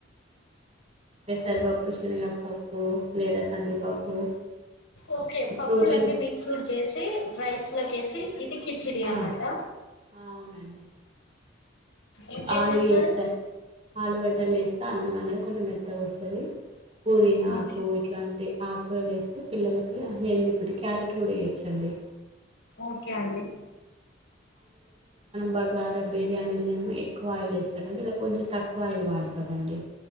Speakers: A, on the right; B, on the left.
A: పెసరిపప్పు శనగ పప్పు లేదా కందిపప్పు
B: ఓకే పప్పులన్నీ
A: ప్రోటీన్
B: మిక్స్డ్ చేసి రైస్ లోకేసి ఇది కిచిడి
A: ఆ
B: అన్నట
A: ఆ అవునండి
B: ఇంకేం
A: ఆలు
B: చేస్తారు
A: వేస్తా ఆలుగడ్డలు వేస్తే అన్నం అనేది కొంచెం మెత్తగోస్తుం పుదీనాకు
B: ఓకే
A: ఇట్లాంటి ఆకురాలు వేస్తే పిల్లలకి అది హెల్తీ ఫుడ్ క్యారెట్ కూడా వేయోచ్చండి
B: ఓకే అండి
A: బగారా బిర్యానీలు ఏమో ఎక్కువ ఆయిల్ ఏయిస్తామండి ఇల్లా కొంచెం తక్కువ ఆయిల్ వాడతామండి